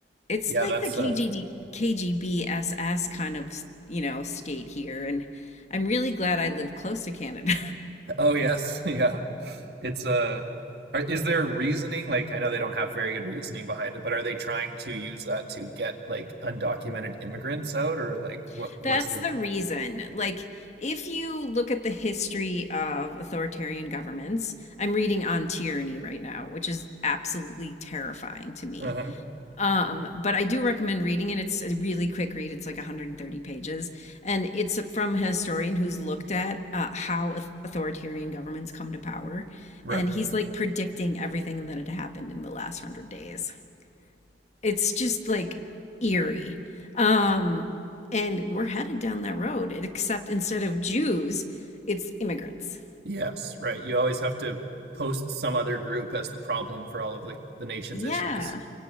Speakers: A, on the left; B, on the right.
A: it's
B: Yeah,
A: like
B: that's
A: the K
B: uh
A: G D K G B S S kind of, you know, state here. And I'm really glad I live close to Canada.
B: oh yes, <laughs> yeah. It's uh are- is there reasoning? Like I know they don't have very good reasoning behind it, but are they trying to use that to get like undocumented immigrants out or like
A: <laughs>
B: what what's
A: That's
B: the
A: the reason. Like, if you look at the history of authoritarian governments, I'm reading On Tyranny right now, which is absolutely terrifying to me
B: Uh-huh.
A: Um, but I do recommend reading it. It's a really quick read. It's like 130 pages, and it's from a historian who's looked at uh, how auth- authoritarian governments come to power,
B: Right.
A: and he's like predicting everything that had happened in the last one hundred days. It's just like eerie, um, and we're headed down that road. Except instead of Jews, it's immigrants.
B: Yes, right. You always have to post some other group as the problem for all of the, the nation's
A: Yeah.
B: issues.